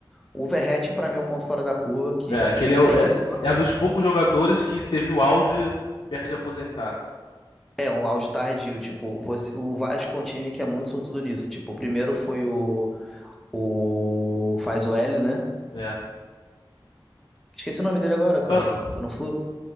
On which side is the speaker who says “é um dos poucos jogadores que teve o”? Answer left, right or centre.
Left